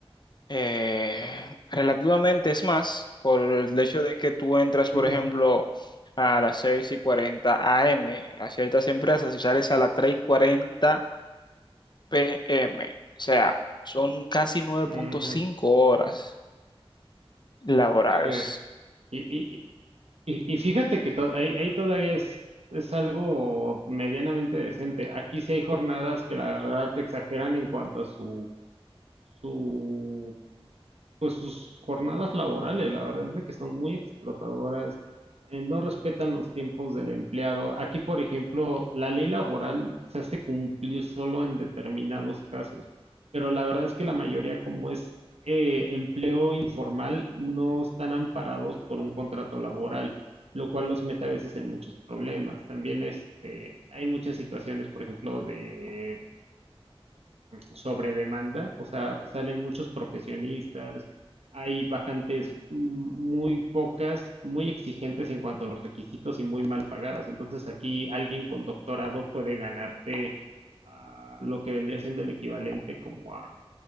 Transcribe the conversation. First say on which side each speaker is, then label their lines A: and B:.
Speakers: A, on the left (about 45°); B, on the right (about 85°).
A: eh, relativamente es más por el hecho de que tú entras,
B: Ujú,
A: por ejemplo, a las seis y 40 AM a ciertas empresas y sales a las tres y cuarenta PM. O sea, son casi nueve
B: ujú,
A: punto cinco horas laborales.
B: sí. Y, Y, y fíjate que to- ahí, ahí todavía es, es algo medianamente decente. Aquí sí hay jornadas que la verdad te exageran en cuanto a su, su pues sus jornadas laborales. La verdad es de que son muy explotadoras, eh, no respetan los tiempos del empleado. Aquí, por ejemplo, la ley laboral se hace cumplir solo en determinados casos, pero la verdad es que la mayoría, como es eh, empleo informal, no están amparados por un contrato laboral. lo cual los mete a veces en muchos problemas. También este, hay muchas situaciones, por ejemplo, de sobre demanda, o sea, salen muchos profesionistas, hay vacantes muy pocas, muy exigentes en cuanto a los requisitos y muy mal pagadas. Entonces aquí alguien con doctorado puede ganarte ah, lo que vendría siendo el equivalente como a